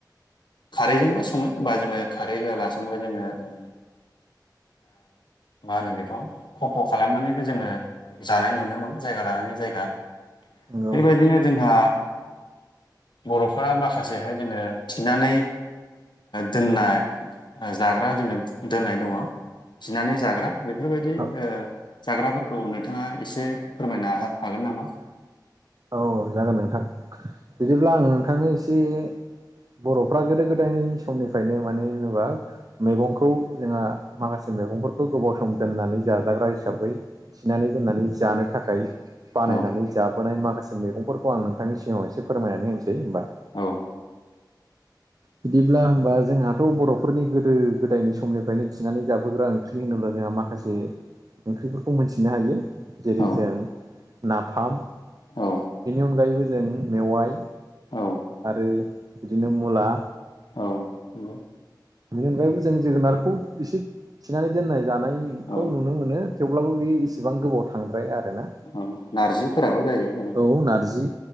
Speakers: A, on the left (about 80°); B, on the right (about 55°).
A: खारैजोंबो सङो होमबा जोङो खारै होलाजोंबो जोङो ओ- मा होनो बेखौ खफ' खालामनानैबो जोङो जानाय नुनो मोनो जायगा लानानै जायगा
B: नंगौ
A: बेबायदिनो जोंहा बर'फ्रा माखासेहाय जोङो थिनानै दोननाय जाग्रा जोङो दोननाय दङ थिनानै जाग्रा बेफोरबायदि ओ-
B: औ
A: जाग्राफोरखौ नोंथाङा एसे फोरमायनो हा- हागोन नामा
B: औ- जागोन नोंथां बिदिब्ला आं नोंथांनो एसे बर'फ्रा गोदो गोदायनि समनिफ्रायनो मानो होनोबा मैगंखौ जोंहा माखासे मैगंफोरखौ गोबाव सम दोननानै जाजाग्रा हिसाबै थिनानै दोननानै जानो थाखाय बानायनानै
A: औ
B: जाबोनाय माखासे मैगंफोरखौ आं नोंथांनि सिगाङाव एसे फोरमायनानै होनोसै होमबा
A: औ
B: बिदिब्ला होमबा जोंहाथ' बर'फोरनि गोदो गोदायनि समनिफ्रायनो थिनानै जाबोग्रा ओंख्रि ओंख्रि होनोब्ला जोंहा माखासे ओंख्रिफोरखौ मोनथिनो हायो जेरै
A: औ
B: जों नाफाम
A: औ
B: बेनि अनगायैबो जों मेवाइ
A: औ
B: आरो बिदिनो मुला
A: औ नंगौ
B: बेनि अनगायैबो जों जोगोनारखौ एसे थिनानै दोननाय जानायखौ
A: औ
B: नुनो मोनो थेवब्लाबो बेयो इसेबां गोबाव थांद्राया आरेना।
A: औ नारजिफोराबो जायो जेनेबा
B: औ- नारजि